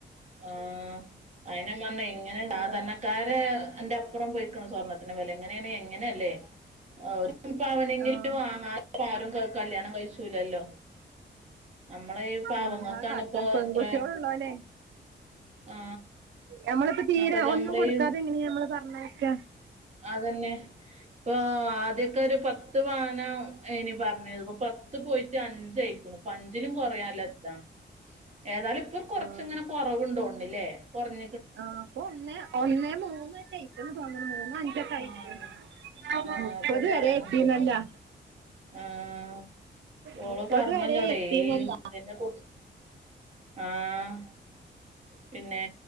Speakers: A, on the right (about 35°); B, on the right (about 75°).
A: ആഹ് <unintelligible> <unintelligible>
B: എന്താ
A: അന്റെ അപ്പുറം പോയിക്ണ് സ്വർണത്തിന്റെ വില എങ്ങനെയാണ് എങ്ങനെയല്ലേ? ഒരു പവനെങ്കിലും
B: ആഹ്
A: വാങ്ങാതെ ആരും കല്യാണം കഴിച്ചൂലല്ലോ? നമ്മളെ ഈ പാവങ്ങൾക്കാണ്
B: എന്താ കാട്ടാ
A: ഇപ്പോ
B: പെൺകുട്ടിയോൾ
A: ഇത്ര
B: ഉള്ളോനെ
A: ആ
B: നമ്മളിപ്പോ തീരെ
A: നോക്ക നമ്മള്
B: ഒന്നും കൊടുക്കാതെ
A: ഈ
B: എങ്ങനെയാ നമ്മള് പറഞ്ഞയക്ക?
A: അതന്നെ ഇപ്പൊ ആദ്യക്കെ ഒരു പത്ത് പത്ത്പവനാ അയിന് പറഞ്ഞത് പ്പോ പത്ത് പോയിട്ട് അഞ്ചയിക്ക്ണ്. പ്പഞ്ചിലും കുറയല്ല ത്താ ഏതാലും ഇപ്പൊ കൊറച്ചിങ്ങനെ
B: ആഹ്
A: കൊറവുണ്ടോണ്. ആണ്ല്ലേ കൊറഞ്
B: ആഹ് പ്പൊ ഒന്നേ ഒന്നേ മൂന്നരായി ഒരു പവന് മൂന്ന് അ <unintelligible>
A: ആഹ് ആഹ്
B: മുപ്പത്
A: ഇപ്പൊ പറയണണ്ട്
B: വരെ എത്തിന്നല്ലോ
A: ആഹ് ഓള്
B: മുപ്പത്
A: പറഞ്
B: വരെ
A: ന്നോടെ
B: എത്തീന്നല്ല
A: ഏയ് തിനെ കുറിച്ച് ആഹ് പിന്നെ